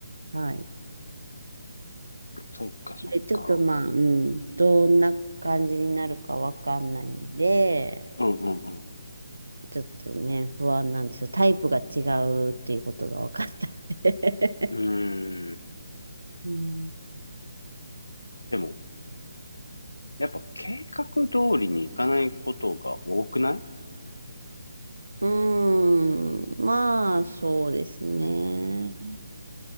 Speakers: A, on the right (about 75°); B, on the left (about 75°).
A: はい。
B: そっか、そっか。
A: で、ちょっとまあ、うん、どんな感じになるかわかんないんで、
B: うんうん
A: ちょっとね、不安なんですよ。タイプが違うっていうことが分かったんで。
B: うん。うーん。
A: <laughs> うん
B: でも、やっぱ計画通りに行かないことが多くない
A: うーん、まあ、そうですね。